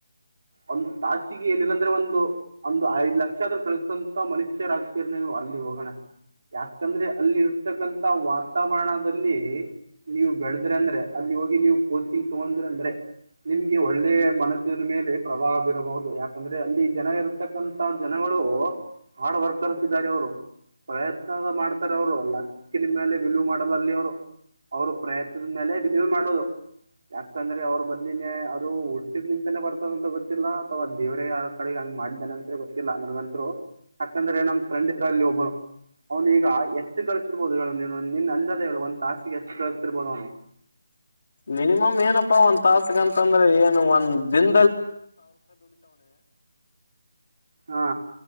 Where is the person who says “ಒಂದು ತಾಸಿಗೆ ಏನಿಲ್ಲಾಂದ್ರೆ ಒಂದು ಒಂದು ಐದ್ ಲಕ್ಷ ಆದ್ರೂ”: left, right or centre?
Right